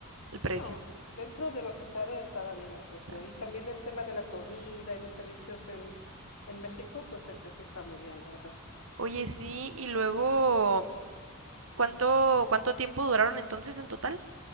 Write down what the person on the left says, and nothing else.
No, dentro de lo que cabe estaba bien el precio.
Y
también el tema de la comida y los servicios en, en México, pues el precio está muy bien, la verdad.